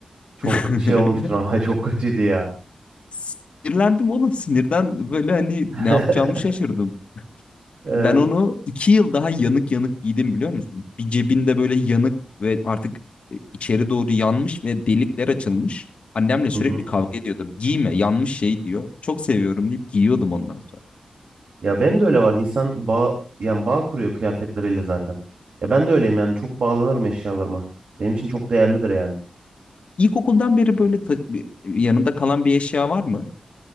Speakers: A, on the right; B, on the left.
A: Çok
B: <laughs>
A: şey olmuştun ama <laughs> çok kötüydü ya.
B: Sinirlendim oğlum sinirden böyle hani
A: <laughs>
B: ne yapacağımı şaşırdım.
A: Evet.
B: Ben onu iki yıl daha yanık yanık giydim biliyor musun? Bir cebinde böyle yanık ve artık e, içeri doğru yanmış ve delikler açılmış. Annemle sürekli
A: Hı hı.
B: kavga ediyordum. Giyme yanmış şey diyor. Çok seviyorum deyip giyiyordum ondan sonra.
A: Ya benim de öyle var. İnsan bağ, yani bağ kuruyor kıyafetleriyle zaten. Ya ben de öyleyim yani. Çok bağlanırım eşyalarıma. Benim için çok değerlidir yani.
B: İlkokuldan beri böyle ta- bir- yanında kalan bir eşya var mı?